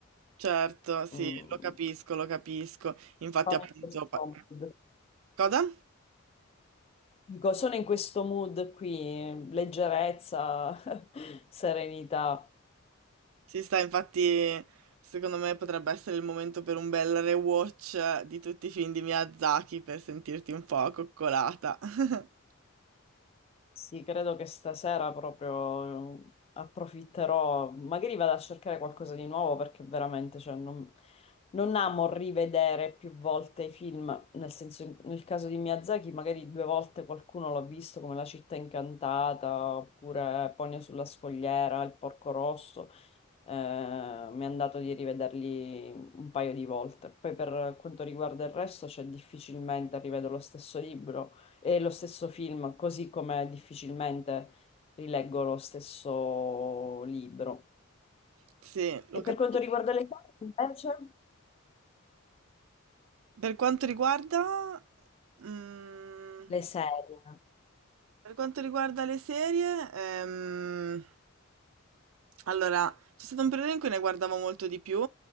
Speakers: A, on the right; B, on the left.
A: Certo, sì,
B: Mm,
A: lo capisco, lo capisco. Infatti,
B: Sono
A: appunto...
B: in questo
A: pa-
B: mood.
A: Cosa?
B: Dico, sono in questo mood qui, leggerezza, <laughs> serenità.
A: Ci sta, infatti, secondo me potrebbe essere il momento per un bel rewatch di tutti i film di Miyazaki per sentirti un po' coccolata. <laughs>
B: Sì, credo che stasera proprio eh, approfitterò, magari vado a cercare qualcosa di nuovo perché veramente, cioè, non, non amo rivedere più volte i film, nel senso, in- nel caso di Miyazaki magari due volte qualcuno l'ho visto come La città incantata oppure Pogno sulla scogliera, Il porco rosso, eh, mi è andato di rivederli un paio di volte. Poi per quanto riguarda il resto, cioè difficilmente rivedo lo stesso libro e lo stesso film, così come difficilmente rileggo lo stesso libro.
A: Sì, lo
B: E
A: capisco.
B: per quanto riguarda le serie, invece,
A: Per quanto riguarda... mm,
B: le serie.
A: Per quanto riguarda le serie, ehm, allora c'è stato un periodo in cui ne guardavo molto di più,